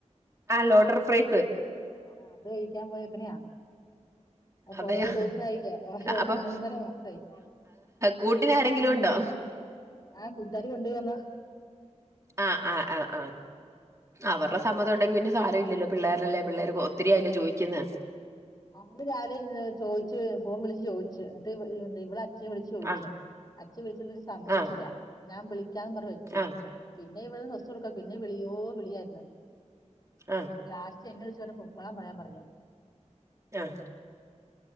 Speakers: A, on the right; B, on the left.
A: ആ ലോഡർ ഫ്രൈസ്
B: ആഹ് അത് കഴിക്കാൻ പോയക്കണെയാ ആ കൊറേ
A: അതെയോ
B: ദിവസയില്ലേ ഓരോ
A: അപ്പം
B: ഒന്ന ഒന്നര മാസമായി
A: കൂട്ടിന് ആരെങ്കിലും
B: ഉ
A: ഉണ്ടോ
B: ആഹ് കൂട്ടാരി കൊണ്ടപോയി വന്നാ
A: ആഹ് ആഹ് ആഹ് ആഹ് അവരുടെ സമ്മതം ഉണ്ടെങ്കിൽ പിന്നെ സാരം ഇല്ലല്ലോ പിള്ളേരെല്ലാം പിള്ളേർക്ക് ഒത്തിരിയല്ലോ ചോദിക്കുന്ന
B: അവള് രാവിലെ ചോദിച്ചു ഫോം വിളിച്ച് ചോദിച്ചു എന്നട്ട് ഇവിടെ അച് വിളിച്ചു ചോദിച്ചു
A: ആ
B: അച് വിളിച്ച ഒരു സമ്മയിച്ചില്ല
A: ആ
B: ഞാൻ വിളിക്കാന്ന് പറഞ് വെച്ചു
A: ആ
B: പിന്നെ ഇവിടെ നിന്ന് സ്വസ് കൊടുക്കാ പിന്നെ വിളിയോ വിളിയായിരുന്നു
A: ആഹ്
B: ലാസ്റ്റ് എന്നെ വിളിച് പറഞ് പൊക്കളൻ പറയാൻ പറഞ്ഞു
A: ആഹ്